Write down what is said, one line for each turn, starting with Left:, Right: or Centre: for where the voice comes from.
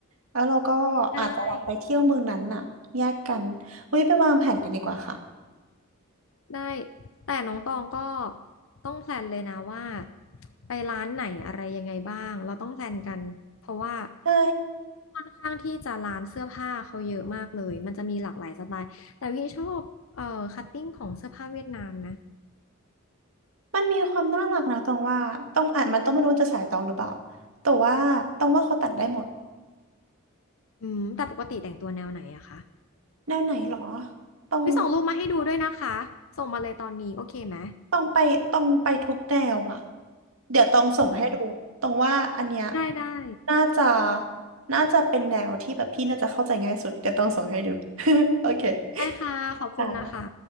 Right: แล้วเราก็อาจจะแบบไปเที่ยวเมืองนั้นน่ะแยกกันเฮ้ยไปวางแผนกันดีกว่าค่ะ
Left: ได้ ได้แต่น้องตองก็ต้องแพลนเลยนะว่าไปร้านไหนอะไรยังไงบ้างเราต้องแพลนกันเพราะว่า
Right: ใช่
Left: ค่อนข้างที่จะร้านเสื้อผ้าเขาเยอะมากเลยมันจะมีหลากหลายสไตล์แต่พี่ชอบเอ่อคัตติ้งของเสื้อผ้าเวียดนามนะ
Right: มันมีความน่ารักนะตองว่าต้องอาจมันต้องไม่รู้จะสายตองหรือเปล่าแต่ว่าตองว่าเขาตัดได้หมด
Left: อืมแต่ปกติแต่งตัวแนวไหนอะคะ
Right: แนวไหนหรอตอง
Left: วิส่งรูปมาให้ดูด้วยนะคะส่งมาเลยตอนนี้โอเคไหม
Right: ต้องไปต้องไปทุกแนวอ่ะเดี๋ยวต้องส่งให้ดูตรงว่าอันเนี้ย
Left: อืมได้ได้
Right: น่าจะน่าจะเป็นแนวที่แบบพี่น่าจะเข้าใจง่ายสุดเดี๋ยวต้องส่งให้ดู <laughs> โอเค
Left: ได้ค่ะขอบคุณนะคะ
Right: ค่ะ